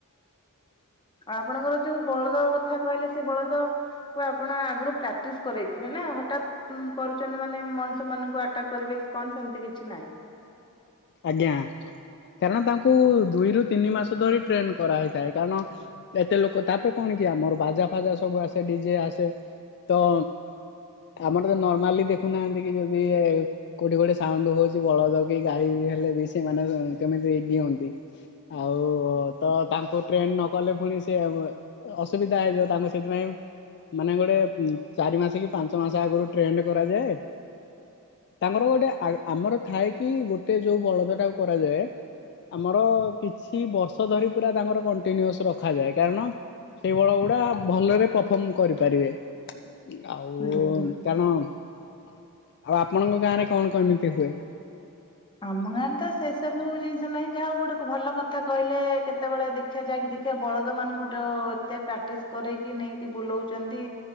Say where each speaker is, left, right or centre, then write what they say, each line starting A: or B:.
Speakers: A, on the left; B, on the left.
A: ଆଉ ଆପଣଙ୍କର ଯୋଉ ବଳଦ କଥା କହିଲେ ସେ ବଳଦ ତ ଆପଣ ଆଗରୁ ପ୍ରାକ୍ଟିସ କରାଇଥିବେ ନା ହ ତ କରୁଚନ୍ତି ମାନେ ମଣିଷ ମାନଙ୍କୁ ଆଟାକ୍ କରିବେ କି କଣ ସେମତି କିଛି ନାହିଁ।
B: ଆଜ୍ଞା, କାରଣ ତାଙ୍କୁ ଦୁଇରୁୁ ତିନି ମାସ ଧରି ଟ୍ରେନ କରାହେଇଥାଏ କାରଣ ଏତେ ଲୋକ ତାପରେ କଣ କି ଆମର ବାଜା ଫାଜା ସବୁ ଆସେ ଡିଜେ ଆସେ ତ ଆମର ତ ନର୍ମାଲି ଦେଖୁନାହାନ୍ତି କି ଯଦି ଏ କୋଉଠି ଗୋଟେ ସାଉଣ୍ଡ ହୋଉଚି ବଳଦ କି ଗାଈ ହେଲେ ବି ସେମାନେ କେମିତି ଦିଅନ୍ତି। ଆଉ ତ ତାଙ୍କୁ ଟ୍ରେନ୍ ନକଲେ ପୁଣି ସେ ଉ ଅସୁବିଧା ହେଇ ଯାଏ ତାଙ୍କୁ ସେଥିପାଇଁ ମାନେ ଗୋଟେ ଏ ଚାରି ମାସ କି ପାଞ୍ଚ ମାସ ଆଗରୁ ଟ୍ରେଣ୍ଡ କରାଯାଏ ତାଙ୍କର ଗୋଟେ ଆମର ଥାଏ କି ଗୋଟେ ଯୋଉ ବଳଦଟା କୁ କରାଯାଏ ଆମର କିଛି ବର୍ଷ ଧରି ପୁରା ତାଙ୍କର କଣ୍ଟିନ୍ୟୁସ୍ ରଖାଯାଏ କାରଣ ସେଇ ବଳଦ ଗୁଡା ଭଲରେ ପରଫର୍ମ କରିପାରିବେ। ଆଉ
A: ହୁଁ ହୁଁ
B: କାରଣ ଆଉ ଆପଣଙ୍କ ଗାଁରେ କଣ କେମିତି ହୁଏ?
A: ଆମ ଗାଁରେ ତ ସେ ସବୁ ଜିନିଷ ନାହିଁ ଯାହା ହଉ ଗୋଟେ ଭଲ କଥା କହିଲେ କେତେବେଳେ ଦେ ଖିବା ଯାଇକି ଦେଖିବା ବଳଦ ମାନଙ୍କୁ ଡ ଏତେ ପ୍ରାକ୍ଟିସ୍ କରେଇକି ନେଇକି ବୁଲୋଉଛନ୍ତି।